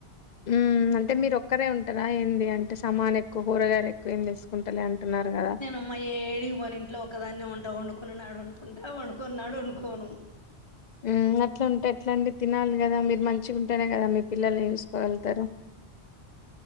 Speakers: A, on the left; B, on the left.
A: ఉమ్ అంటే మీరు ఒక్కరే ఉంటరా ఏంది అంటే సమాన్ ఎక్కువ కూరగాయల్ ఎక్ క్కువేం తీసుకుంటలే అంటున్నరు గదా
B: అమ్మాయి ఏడిగి పోను ఇంట్లో ఒకదాన్నే ఉంట వండుకున్ననాడు వండుకుంటా వండుకున్నోన్నాడు వండుకోను
A: ఉమ్ అట్లుంటె ఎట్లండి తినాలిగదండి మీరు మంచిగుంటేనే గదా మీ పిల్లల్ని చూసుకోగలుతరు